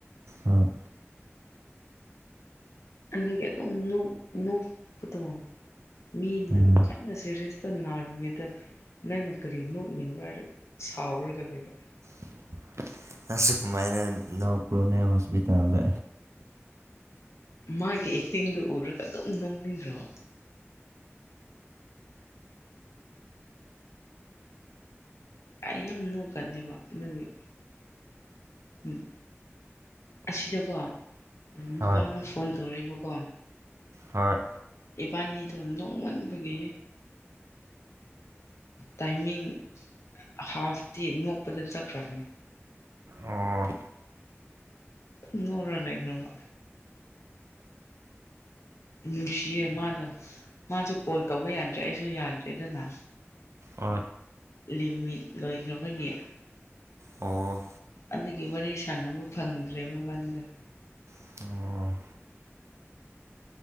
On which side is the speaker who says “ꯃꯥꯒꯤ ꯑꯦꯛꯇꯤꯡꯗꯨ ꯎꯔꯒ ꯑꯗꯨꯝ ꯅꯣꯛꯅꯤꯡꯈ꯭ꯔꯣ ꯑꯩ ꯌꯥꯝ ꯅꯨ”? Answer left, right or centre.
Left